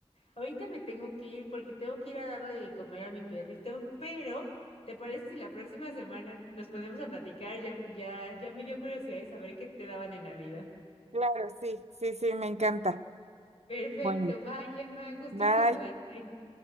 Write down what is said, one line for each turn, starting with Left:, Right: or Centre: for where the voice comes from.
Left: Ahorita me tengo que ir porque tengo que ir a darle de comer a mi perrito, pero ¿te parece si la próxima semana nos ponemos a platicar? Ya, ya, ya me dio curiosidad de saber qué te daban en Navidad.
Right: Claro, sí, sí, sí, me encanta.
Left: Perfecto,
Right: Bueno,
Left: vaya, Emma, gusto
Right: bye.
Left: en saludarte.